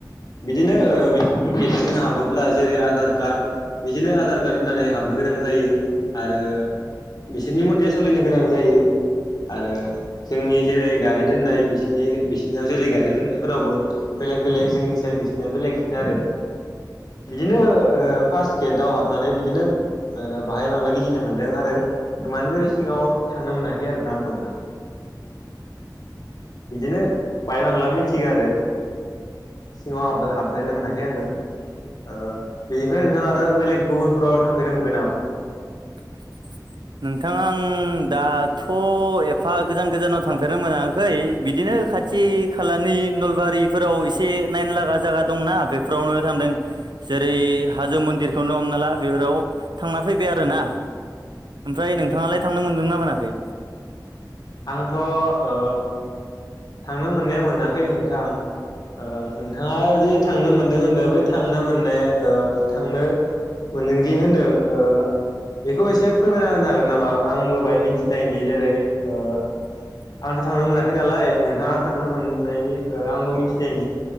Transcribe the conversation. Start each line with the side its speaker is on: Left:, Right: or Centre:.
Left: बिदिनो ओ बिदिनि गेटथिं हाबोब्ला जेरै आधार कार्ड बिदिनो आधार कार्ड होननानै हाबनो गोनां जायो आरो बिसोरनि मथे सोलिनो गोनां जायो। आरो जोंनि जेरै गारि दोननाय बिसनि बिसिनियाव जेरै गारि दोननायफोरावबो बेलेग बेलेग जोंनि सायाव बिसोरना बेलेगसिनो आरो। बिदिनो ओ फार्स्ट गेटआव हाबनानै बिदिनो ओ मालाय गिदोंनो मोनदों आरो। एमानबो सिङाव थांनो मोनाखै आरो ना आंबो नोंथां। बिदिनो बायबांला मिथिगौ आरो। सिङाव हाब-हाबद्रायनो मोनाखै आङो। ओ बेनिफ्राय नोंथाङा आरो बेलेग गुबुनफोराव थांफेरनो मोनबाय नामा?
Right: <inaudible> नोंथाङा आं दाथ' एफा गोजान गोजानाव थांफेरनो मोनाखै बिदिनो नो खाथि खालानि नलबारिफोराव एसे नाइन लागा जागा दंना बेफोरावनो थांदों। जेरै हाजो मन्दिरखौनो हमना ला बेफोराव थांना फैबाय आरोना। ओमफ्राय नोंथाङालाय थांनो मोनदोंना मोनाखै?
Left: आंथ' ओ थांनो मोननाया मोनाखै नोंथां। ओ नोंथाङा जे थांनो मोनदों होनदों बै थांनो मोननाया ओ थांनो मोनदोंदि होनदों ओ बेखौ एसे फोरमायना होनो हागोन नामा आंबो बाय मिथिनायनि जेरै
Right: <inaudible>
Left: ओ आंथ' थांनो मोनाखै नालाय नोंथाङा थांनो मोननायनि ओ आंबो मिथिनायनि।